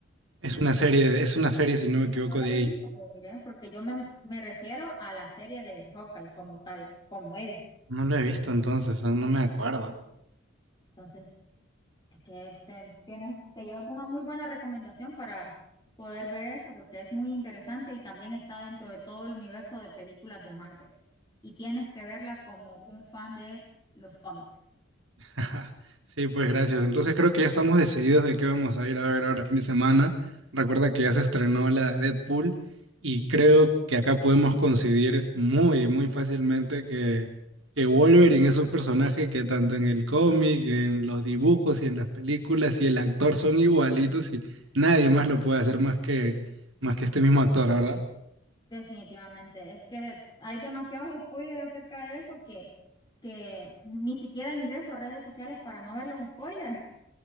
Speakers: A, on the right (about 70°); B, on the left (about 20°).
A: Es una serie, es una serie, si no
B: Eso
A: me equivoco,
B: no lo
A: de
B: he visto,
A: ella.
B: pues miré, porque yo me, me refiero a la serie de Hawkeye como tal, como él.
A: No la he visto entonces, ah, no me acuerdo.
B: Entonces, es que te, tienes, te llevas una muy buena recomendación para poder ver eso, porque es muy interesante y también está dentro de todo el universo de películas de Marvel. Y tienes que verla como un fan de los cómics,
A: <laughs> Sí, pues gracias. Entonces creo que ya estamos decididos de qué vamos a ir a ver ahora fin de semana. Recuerda que ya se estrenó la de Deadpool y creo que acá podemos coincidir muy, muy fácilmente que, que Wolverine es un personaje que tanto en el cómic, en los dibujos y en las películas y el actor son igualitos y nadie más lo puede hacer más que, más que este mismo actor, ¿verdad?
B: definitivamente. Es que hay demasiados spoilers acerca de eso que, que ni siquiera ingreso a redes sociales para no ver los spoilers